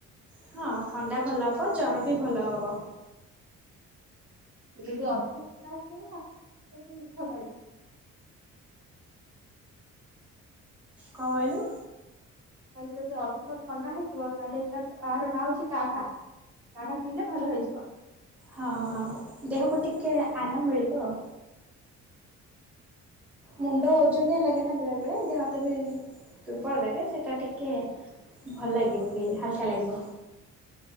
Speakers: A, in the centre; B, on the right.
A: ହଁ, ଥଣ୍ଡା ଭଲ ହବ। ଜର ବି ଭଲ ହବ।
B: ଯେବେ ବି ଅଧିକା <inaudible>
A: କଣ କହିଲୁ?
B: କହିଲି ଯଦି ଅଧିକ ଥଣ୍ଡା ହେଇଥିବ, ତାହେଲେ <unintelligible> ୟାର ନାଁ ହେଉଛି କାଢା। କାଢା, ପିଇଲେ ଭଲ ହେଇଯିବ।
A: ହଁ, ହଁ, ଦେହକୁ ଟିକେ ଆରାମ ମିଳିବ ଆଉ। ମୁଣ୍ଡ ଓଜନିଆ ଲାଗେ ନା ବେଳେ ବେଳେ, ଦେହହାତ ବି ଦୁର୍ବଳ ଲାଗେ ସେଟା ଟିକେ, ଭଲ ଲାଗିବ ପିଇଲେ ହାଲ୍କା ଲାଗିବ।